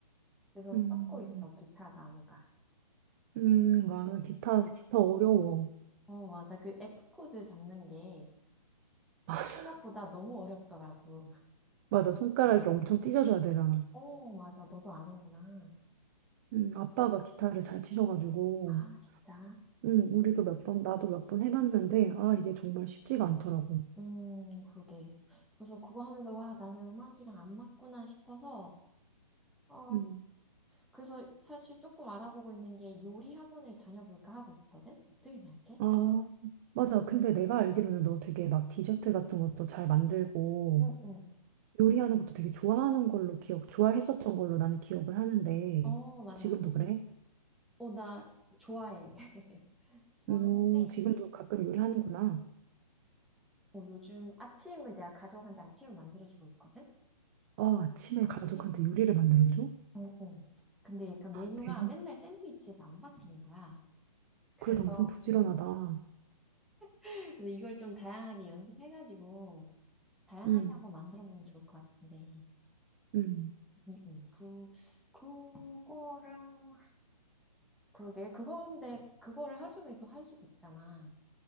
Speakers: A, in the centre; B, on the right.
A: 그래서
B: 음,
A: 썩고 있어, 기타 나무가.
B: 음, 맞아. 기타, 기타 어려워.
A: 어, 맞아. 그 F코드 잡는 게
B: <laughs> 맞아.
A: 생각보다 너무 어렵더라고.
B: 맞아. 손가락이
A: <laughs>
B: 엄청 찢어져야 되잖아.
A: 어, 맞아. 너도 아는구나.
B: 음, 아빠가 기타를 잘 치셔가지고,
A: 아, 진짜.
B: 음, 우리도 몇 번, 나도 몇 번 해봤는데, 아, 이게 정말 쉽지가 않더라고.
A: 음, 그러게. 그래서 그거 하면서, 와, 나는 음악이랑 안 맞구나 싶어서, 어,
B: 음,
A: 그래서 사실 조금 알아보고 있는 게 요리 학원을 다녀볼까 하고 있거든? 어떻게 생각해?
B: 아, 맞아. 근데 내가 알기로는 너 되게 막 디저트 같은 것도 잘 만들고,
A: 응, 응.
B: 요리하는 것도 되게 좋아하는 걸로 기억, 좋아했었던 걸로 나는 기억을 하는데,
A: 어, 맞아,
B: 지금도
A: 맞아.
B: 그래?
A: 어, 나 좋아해. <laughs> 좋아하는데,
B: 오 지금도 가끔 요리하는구나.
A: 어, 요즘 아침을 내가 가족한테 아침을 만들어주고 있거든?
B: 아, 아침에
A: 근데,
B: 가족한테 요리를 만들어줘?
A: 어, 어. 근데 약간 메뉴가
B: 대박이다.
A: 맨날 샌드위치에서 안 바뀌는 거야. 그래서
B: 그래도 엄청 부지런하다.
A: 그래서 이걸 좀 다양하게 연습해가지고, 다양하게
B: 음,
A: 한번 만들어 보면 좋을 것 같은데.
B: 음.
A: 음, 음. 그, 그거랑, 그러게. 그건데, 그거를 하루 종일 또 할 수가 없잖아.